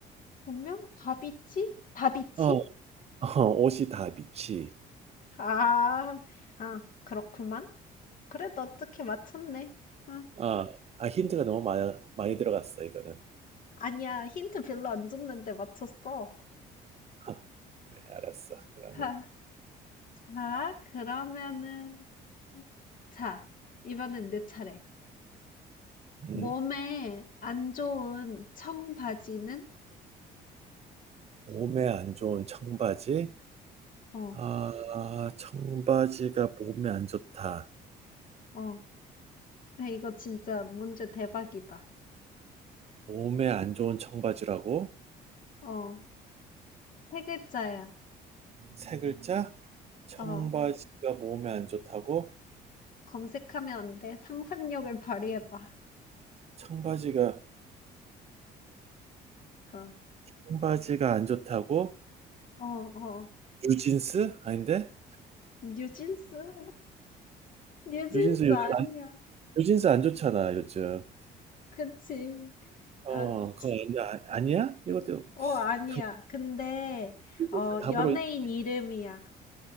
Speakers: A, on the left; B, on the right.
A: 분명 다비치? 다비치?
B: 어, 어, 옷이 다 미치.
A: 아. 아, 그렇구만. 그래도 어떻게 맞췄네. 아,
B: 어, 아, 아, 힌트가 너무 많이, 많이 들어갔어, 이거는.
A: 아니야. 힌트 별로 안 줬는데 맞췄어.
B: 어, 그래, 알았어. 그러면.
A: 자, 자, 그러면은 자, 이번엔 내 차례.
B: 음,
A: 몸에 안 좋은 청바지는?
B: 몸에 안 좋은 청바지.
A: 어,
B: 아, 청바지가 몸에 안 좋다.
A: 어. 야, 이거 진짜 문제 대박이다.
B: 몸에 안 좋은 청바지라고?
A: 어, 세 글자야.
B: 세 글자? 청바지가
A: 어,
B: 몸에 안 좋다고?
A: 검색하면 안 돼. 상상력을 발휘해봐.
B: 청바지가,
A: 어,
B: 청바지가 안 좋다고?
A: 어, 어.
B: 뉴진스? 아닌데?
A: 뉴진스? <laughs> 뉴진스
B: 뉴진스 요즘
A: 아니야.
B: 안, 뉴진스 안 좋잖아, 요즘.
A: 그치.
B: 어,
A: 아,
B: 그거
A: 치-
B: 아니야? 아니야? 이것도
A: 어, 아니야.
B: 답,
A: 근데,
B: 뉴진스
A: 어,
B: 답으로
A: 연예인
B: 인정.
A: 이름이야.